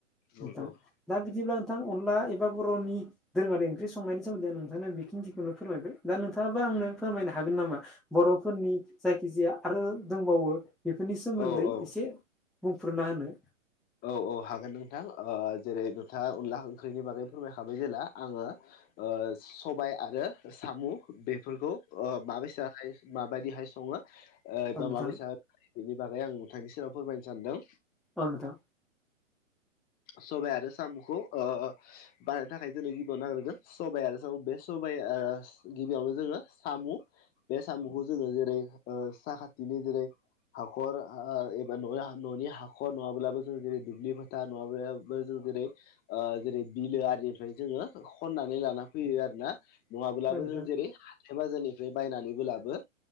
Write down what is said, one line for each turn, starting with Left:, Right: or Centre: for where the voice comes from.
Left: नंगौ
Centre: नोंथां। दा बिदिब्ला नोंथां अनला एबा बर'नि दोरोङारि ओंख्रि संनायनि सोम्दैं नोंथां बेखिनिथिखौनो फोरमायबाय दा नोंथाङाबा आंनो फोरमायनो हागोन नामा? बर'फोरनि जायखिजाया आरो दंबावो बेफोरनि सोमोन्दै
Left: औ औ
Centre: एसे बुंफोरना होनो
Left: औ औ हागोन नोंथां जेरै नोंथाङा अनला ओंख्रिनि बागै फोरमायखाबाय जेला आङो सबाय आरो साम' बेफोरखौ अ माबेस माबायदिहाय सङोबा
Centre: औ नोंथां
Left: माब बेनि बागै आं नुथांनि सेराव फोरमायनो सानदों।
Centre: आनो दा
Left: सबाइ आरो साम'खौ बानायनो थाखाय जोंनो गिबियाव नागिरगोन सबाइ आरो स बे सबाइ गिबियावनो जोङो साम' बे साम'खौ जोङो जेरै साखाथिनि जेरै हाखर एबा न न'नि हाखर नङाब्लाबो जों जेरै दुब्लि फोथार माबायाबो जों दिेरै जेरै बिलो आरिनिफ्राय जोङो खन्नानै लाना फैयो आरो ना। नङाब्लाबो
Centre: औ नोंथां
Left: जों जेरै साथाय बाजारनिफ्राय बायनानैबोलाबो